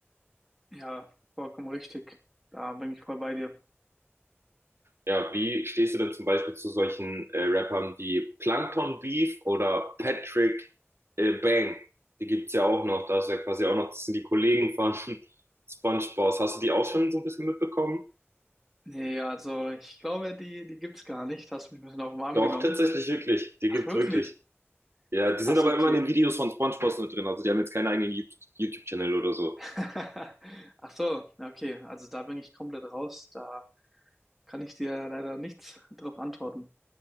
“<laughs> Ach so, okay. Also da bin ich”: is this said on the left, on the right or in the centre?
Centre